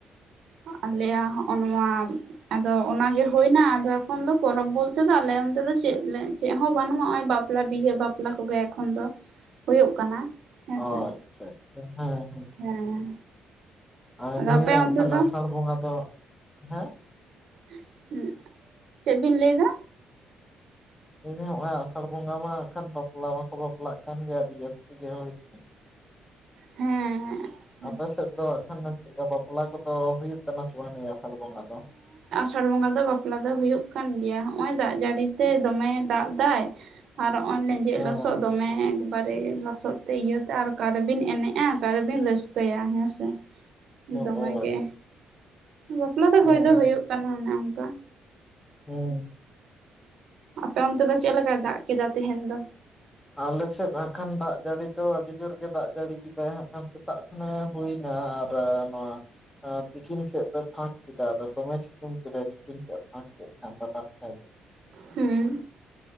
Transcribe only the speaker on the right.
ᱟᱞᱮᱭᱟᱜ ᱦᱚᱸᱜᱚ ᱱᱚᱣᱟ ᱟᱫᱚ ᱚᱱᱟᱜᱮ ᱦᱩᱭᱱᱟ ᱟᱫᱚ ᱮᱠᱷᱚᱱ ᱫᱚ ᱯᱚᱨᱚᱵᱽ ᱵᱚᱞᱛᱮ ᱫᱚ ᱟᱞᱮ ᱚᱱᱛᱮ ᱫᱚ ᱪᱮᱫ ᱞᱮ ᱪᱮᱫ ᱦᱚᱸ ᱵᱟᱹᱱᱩᱜᱼᱟ ᱱᱚᱜᱚᱭ ᱵᱟᱯᱞᱟ ᱵᱤᱦᱟᱹ ᱵᱟᱯᱞᱟ ᱠᱚᱜᱮ ᱮᱠᱷᱚᱱ ᱫᱚ ᱦᱩᱭᱩᱜ ᱠᱟᱱᱟ ᱦᱮᱸᱥᱮ
ᱦᱮᱸ
ᱟᱫᱚ
ᱟᱯᱮ ᱚᱱᱛᱮ
ᱫᱚ
<unintelligible> ᱦᱩᱸᱜ ᱪᱮᱫ ᱵᱤᱱ ᱞᱟᱹᱭᱫᱟ
ᱦᱮᱸ ᱦᱮᱸᱜ
ᱟᱥᱟᱬ ᱵᱚᱸᱜᱟ ᱫᱚ ᱵᱟᱯᱞᱟ ᱫᱚ ᱦᱩᱭᱩᱜ ᱠᱟᱱ ᱜᱮᱭᱟ ᱦᱚᱜᱼᱚᱸᱭ ᱫᱟᱜ ᱡᱟᱹᱲᱤ ᱛᱮ ᱫᱚᱢᱮᱭᱮ ᱫᱟᱜ ᱫᱟᱭ ᱟᱨ ᱨᱚᱜᱼᱚᱸᱭ ᱞᱮᱧᱡᱮᱫ
ᱞᱚᱥᱚᱫ ᱫᱚᱢᱮ ᱮᱠᱵᱟᱨᱮ ᱞᱚᱥᱚᱫ ᱥᱚᱠᱛᱮ ᱤᱭᱟᱹᱛᱮ ᱟᱨ ᱟᱠᱟᱨᱮ ᱵᱤᱱ ᱮᱱᱮᱡᱼᱟ ᱟᱠᱟᱨᱮ ᱵᱤᱱ ᱨᱟᱹᱥᱠᱟᱹᱭᱟ ᱦᱮᱸ ᱥᱮ
ᱫᱚᱢᱮ ᱜᱮ ᱵᱟᱯᱞᱟ ᱫᱚ
ᱦᱩᱭ ᱫᱚ ᱦᱩᱭᱩᱜ ᱠᱟᱱᱟ ᱚᱱᱮ ᱚᱝᱠᱟ
ᱟᱯᱮ ᱚᱱᱛᱮ ᱫᱚ ᱪᱮᱫ ᱞᱮᱠᱟᱭ ᱫᱟᱜ ᱠᱮᱫᱟ ᱛᱮᱦᱮᱧ ᱫᱚ
ᱦᱮᱸ